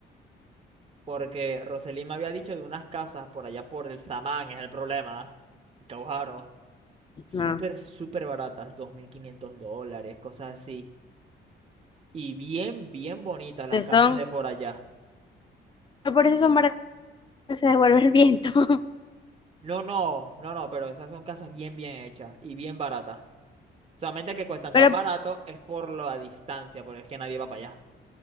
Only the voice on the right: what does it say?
Porque Roselín me había dicho de unas casas por allá por el Samán, es el problema. Y Caujaro. Súper,
súper baratas, 2.500 dólares, cosas así. Y bien, bien bonitas las
casas
de por allá.
No, no, no, no, pero esas son casas bien, bien hechas y bien baratas. Solamente que cuestan
tan barato es por la distancia, porque es que nadie va para allá.